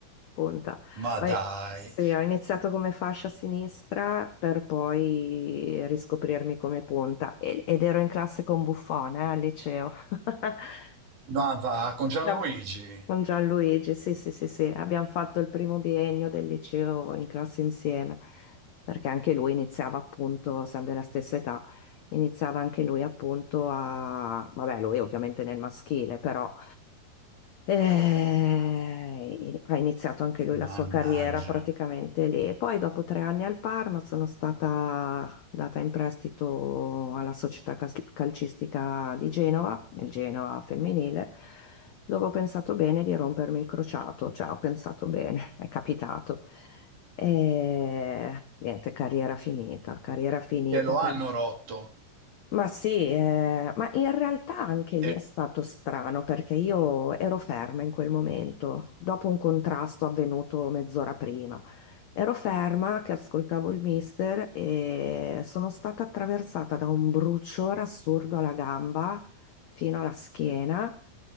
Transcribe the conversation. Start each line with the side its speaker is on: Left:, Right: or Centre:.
Left: punta.
Right: Ma
Left: Ho
Right: dai,
Left: in- Sì, ho iniziato come fascia sinistra per poi riscoprirmi come punta E- ed ero in classe con Buffon, eh, al liceo. <laughs>
Right: no, va con Gianluigi.
Left: Da- Con Gianluigi, sì, sì, sì, sì, abbiamo fatto il primo biennio del liceo in classe insieme, perché anche lui iniziava appunto, siamo della stessa età, iniziava anche lui appunto a, vabbè, lui ovviamente nel maschile, però eh, ha iniziato anche lui la
Right: Mannaggia,
Left: sua carriera praticamente lì. E poi dopo tre anni al Parma sono stata data in prestito alla società cas- calcistica di Genova, il Genoa femminile dove ho pensato bene di rompermi il crociato, cioè ho pensato bene, <laughs> è capitato. E niente, carriera finita, carriera finita
Right: te lo
Left: per-
Right: hanno rotto.
Left: ma sì, eh, ma in realtà anche lì
Right: E-
Left: è stato strano perché io ero ferma in quel momento, dopo un contrasto avvenuto mezz'ora prima. Ero ferma che ascoltavo il mister e sono stata attraversata da un bruciore assurdo alla gamba fino alla schiena